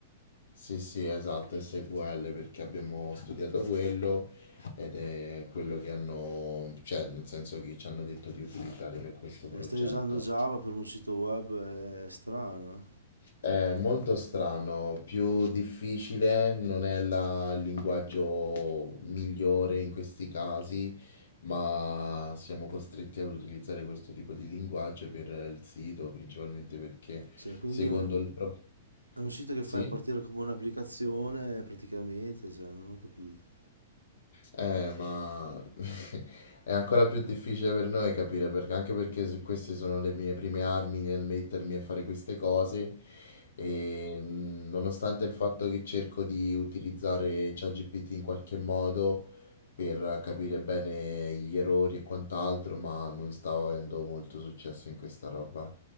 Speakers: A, on the left; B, on the right.
A: Sì, sì, esatto, SQL perché abbiamo studiato quello ed è quello che hanno, cioè nel senso che ci hanno detto di utilizzare per questo progetto.
B: E stai usando Java per un sito web, eh, è strano, eh?
A: È molto strano, più difficile, non è la- il linguaggio migliore in questi casi, ma siamo costretti ad utilizzare questo tipo di linguaggio per il sito, principalmente perché
B: Cioè, quindi
A: secondo
B: è un
A: il prof...
B: è un sito che
A: Sì?
B: fai partire come un'applicazione eh, praticamente, cioè, non ho capito.
A: Eh, ma <laughs> è ancora più difficile per noi capire perché, anche perché se queste sono le mie prime armi nel mettermi a fare queste cose e mh, nonostante il fatto che cerco di utilizzare ChatGPT in qualche modo per capire bene gli errori e quant'altro, ma non stavo avendo molto successo in questa roba.